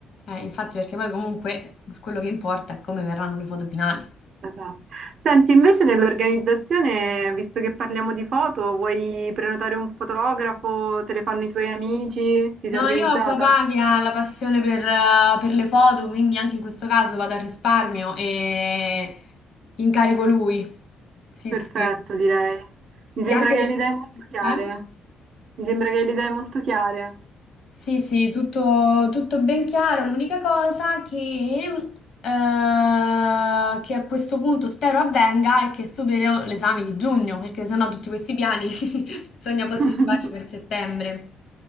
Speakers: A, on the left; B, on the right.
A: Eh, infatti, perché poi comunque quello che importa è come verranno le foto finali.
B: Esatto. Senti, invece nell'organizzazione, visto che parliamo di foto, vuoi prenotare un fotografo? Te le fanno i tuoi amici? Ti sei
A: No,
B: organizzata?
A: io ho papà che ha la passione per, eh, per le foto, quindi anche in questo caso vado al risparmio e incarico lui. Sì,
B: Perfetto,
A: sì.
B: direi. Mi
A: Sì,
B: sembra
A: anche
B: che
A: se...
B: le idee molto chiare.
A: eh?
B: Mi sembra che le idee molto chiare.
A: Sì, sì, tutto, tutto ben chiaro. L'unica cosa che, eh, che a questo punto spero avvenga è che supero l'esame di giugno, perché sennò tutti questi piani <laughs> bisogna posticiparli
B: <laughs>
A: per settembre.